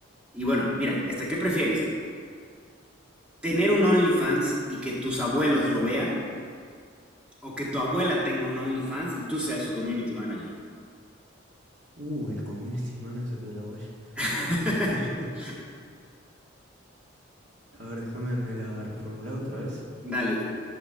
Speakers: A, in the centre; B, on the right.
A: Y bueno, mira, esta, ¿qué prefieres? ¿Tener un OnlyFans y que tus abuelos lo vean? ¿O que tu abuela tenga un OnlyFans y tú seas su community manager?
B: Uh, el community <laughs> manager de la web.
A: <laughs>
B: <laughs> A ver, déjame, me la reformulás otra vez.
A: Dale,